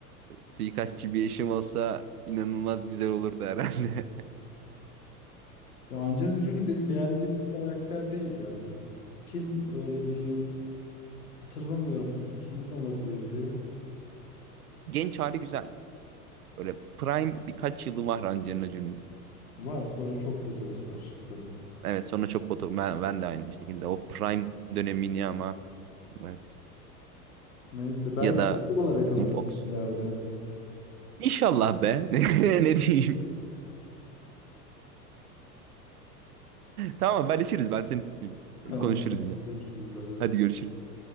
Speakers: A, on the right; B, on the left.
A: suikastçı bir eşim olsa inanılmaz güzel olurdu herhalde.
B: Ya Angelina Jolie benim beğendiğim bir karakter değil ya. Kim öyle bir hatırlamıyorum. Kimin olabilirdi?
A: <laughs> Genç hali güzel. Böyle prime birkaç yılı var Angelina Jolie'nin.
B: Var sonra çok botoks var tabii.
A: Evet sonra çok foto ben, ben de aynı şekilde o prime dönemini ama evet
B: Neyse belki
A: ya da
B: olarak
A: Megan
B: alırsın
A: Fox.
B: ileride.
A: İnşallah be. <laughs> Ne diyeyim. Tamam haberleşiriz ben seni tutmayayım.
B: Tamam.
A: Konuşuruz yine.
B: Görüşürüz. Bay bay.
A: Hadi görüşürüz.